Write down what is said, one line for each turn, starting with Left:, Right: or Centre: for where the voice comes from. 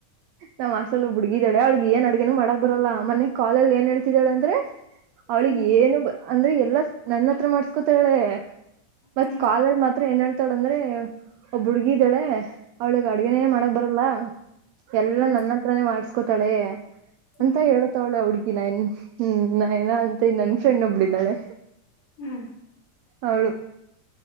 Right: ನಮ್ ಹಾಸ್ಟ್ಲಲ್ಲಿ ಒಬ್ ಹುಡುಗಿ ಇದಾಳೆ ಅವಳಿಗೆ ಏನ್ ಅಡ್ಗೇನು ಮಾಡಕ್ ಬರಲ್ಲ ಮೊನ್ನೆ ಕಾಲಲ್ಲ್ ಏನ್ ಹೇಳ್ತಿದ್ದಾಳಂದ್ರೆ ಅವ್ಳಿಗ್
Left: ಹ್ಮ್
Right: ಏನು ಬ ಅಂದ್ರೆ ಎಲ್ಲಾ ನನ್ನ ಹತ್ರ ಮಾಡ್ಸ್ಕೊತ್ತಾಳೆ. ಮತ್
Left: ಹ್ಮ್
Right: ಕಾಲಲ್ಲಿ ಮಾತ್ರ ಏನ್ ಹೇಳ್ತಾಳೆ ಅಂದ್ರೆ ಒಬ್ಬ ಹುಡ್ಗಿ ಇದಳೆ ಅವ್ಳಿಗೆ ಅಡ್ಗನೇ ಮಾಡಕ್ ಬರಲ್ಲ ಎಲ್ಲಾ
Left: ಹ್ಮ್
Right: ನನ್ನ ತ್ರನೆ ಮಾಡ್ಸ್ಕೋತಾಳೆ
Left: ಹ್ಮ್
Right: ಅಂತ ಹೇಳ್ತಾವ್ಳೆ ಆ ಹುಡ್ಗಿ ನನ್ಗ್ ಹ್ಮ್ ನಯನ ಅಂತ ನನ್ ಫ್ರೆಂಡ್ ಒಬ್ಳಿದ್ದಾಳೆ
Left: ಹ್ಮು
Right: ಅವ್ಳು